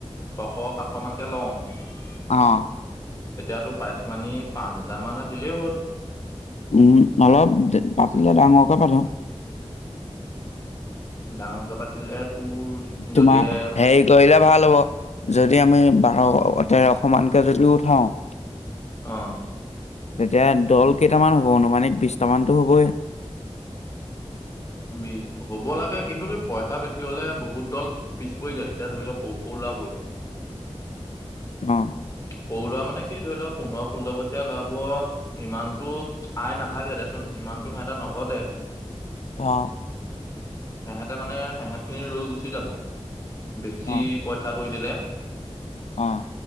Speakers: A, on the left (about 30°); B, on the left (about 80°).
A: ছশ সাতশ মানকে লওঁ। তেতিয়াতো
B: অ',
A: প্ৰাইজ মানি পাঁচ হাজাৰ মান ৰাখিলেই হ'ল।
B: উম অলপ পাতিলে ডাঙৰকে পাটো।
A: ডাঙৰকে পাতিলে- তোৰ যদিহে
B: তোমাৰ হেৰি কৰিলে ভাল হ'ব, যদি আমি বাৰ- অ তেৰশ মানকে যদিও উঠাওঁ-
A: অহ।
B: তেতিয়া দল কেইটামান হ'ব অনুুমানিক বিশটামানটো হ'বই।
A: বি হ'ব লাগে কিন্তু কি পইচা বেছি হলে বহুত দল পিছ পৰি যায়। এতিয়া ধৰি লও সৰু সৰু ওলাবই।
B: অ।
A: সৰু ল'ৰা মানে কি ধৰি লও পোন্ধৰ ষোল্ল বছীয়া লৰাবোৰৰ ইমানতো আয় নাথাকে দে চোন ইমানতো খা এটা নঘটে। <unintelligible>
B: অহ।
A: সেহেঁতে মানে সেহঁতখিনি ৰৈ গুচি যাব। <unintelligible> বেছি
B: অ',
A: পইচা কৰি দিলে।
B: অ।